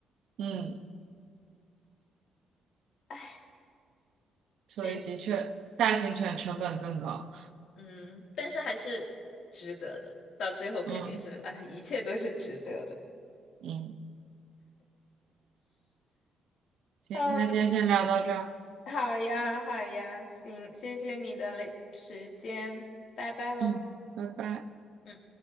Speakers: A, on the right (about 75°); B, on the left (about 65°).
A: 嗯，
B: 哎，
A: 所以的确，
B: 行，
A: 大型犬成本更高。
B: 嗯，但是还是值得的，到最后肯定是，
A: 嗯
B: 哎，一切都是值得的。
A: 嗯，行，
B: 嗯，
A: 那今天先聊到这儿，
B: 好呀，好呀，行，谢谢你的嘞时间，拜拜喽。
A: 嗯，拜拜。
B: 嗯。